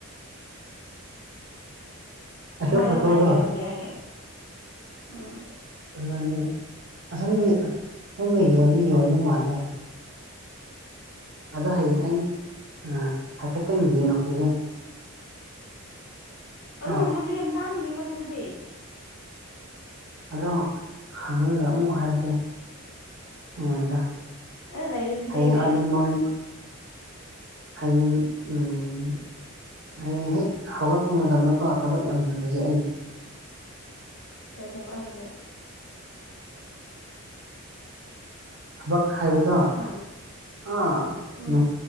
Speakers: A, on the right; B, on the left.
A: ꯑꯗꯨ
B: ꯃꯥꯗꯤ
A: ꯐꯣꯇꯣꯗꯣ
B: ꯀꯥꯏꯗꯒꯤ ꯂꯧꯒꯦ ꯍꯥꯏꯒ ꯎꯝ
A: ꯑꯗꯨꯗꯤ ꯑꯁꯣꯝꯗꯤ ꯁꯣꯝꯗ ꯌꯣꯟꯗꯤ ꯌꯣꯟꯕ ꯃꯥꯜꯂꯦ ꯑꯗꯣ ꯍꯌꯦꯡ ꯑꯩ ꯑꯥ ꯍꯥꯏꯐꯦꯠꯇꯪ ꯌꯦꯡꯉꯨꯈꯤꯒꯦ
B: ꯑꯗꯨ
A: ꯀꯣ
B: ꯒꯨꯝꯕꯗꯨ ꯌꯥꯝ ꯇꯥꯡꯒꯅꯤ ꯃꯗꯨꯗꯗꯤ
A: ꯑꯗꯣ ꯍꯪꯉꯒ ꯑꯃꯨꯛ ꯍꯥꯏꯔꯛꯀꯦ ꯅꯪꯉꯣꯟꯗ
B: ꯑꯦ ꯂꯩꯔꯗꯤ ꯂꯩꯔꯦ
A: ꯍꯌꯦꯡ ꯑꯥꯔꯂꯤ ꯃꯣꯔꯅꯤꯡ ꯍꯌꯦꯡ ꯎꯝ ꯍꯌꯦꯡ ꯍꯦꯛ ꯍꯧꯒꯠꯄ ꯃꯇꯝꯗꯀꯣ ꯊꯕꯛ ꯌꯥꯝ ꯂꯩꯌꯦ ꯑꯩ
B: ꯀꯩ ꯊꯕꯛ ꯂꯩꯒꯦ
A: ꯊꯕꯛ ꯍꯥꯏꯕꯗꯣ ꯑꯥ
B: ꯍꯥ ꯎꯝ
A: ꯅꯣ